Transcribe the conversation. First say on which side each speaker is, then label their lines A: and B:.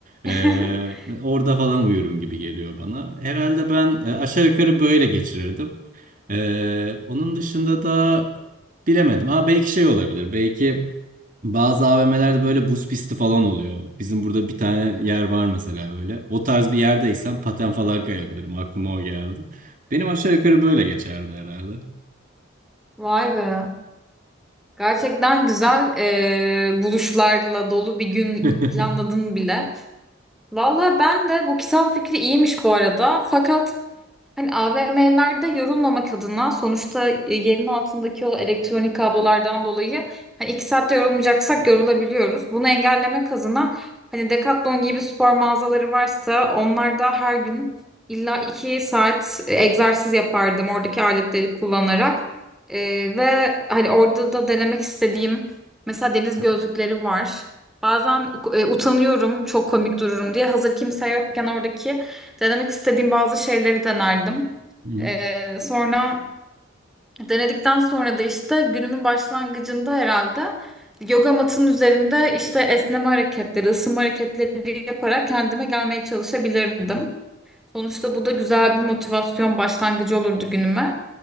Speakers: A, on the right; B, in the centre.
A: Ee,
B: <laughs>
A: orada falan uyurum gibi geliyor bana. Herhalde ben e, aşağı yukarı böyle geçirirdim. Ee, onun dışında da bilemedim. Ha belki şey olabilir. Belki bazı AVM'lerde böyle buz pisti falan oluyor. Bizim burada bir tane yer var mesela öyle. O tarz bir yerdeysem paten falan kayabilirim. Aklıma o geldi. Benim aşağı yukarı böyle geçerdi herhalde.
B: Vay be. Gerçekten güzel e, buluşlarla dolu bir gün
A: <laughs>
B: planladın bile. Valla ben de bu kitap fikri iyiymiş bu arada. Fakat Hani AVM'lerde yorulmamak adına sonuçta e, yerin altındaki o elektronik kablolardan dolayı hani iki saatte yorulmayacaksak yorulabiliyoruz. Bunu engellemek adına hani Decathlon gibi spor mağazaları varsa onlarda her gün illa iki saat e, egzersiz yapardım oradaki aletleri kullanarak. E, ve hani orada da denemek istediğim mesela deniz gözlükleri var. Bazen e, utanıyorum çok komik dururum diye hazır kimse yokken oradaki Denemek istediğim bazı şeyleri denerdim.
A: Hı hı,
B: Ee, sonra denedikten sonra da işte günümün başlangıcında herhalde yoga matının üzerinde işte esneme hareketleri, ısınma hareketleri yaparak kendime gelmeye çalışabilirdim. Sonuçta bu da güzel bir motivasyon başlangıcı olurdu günüme.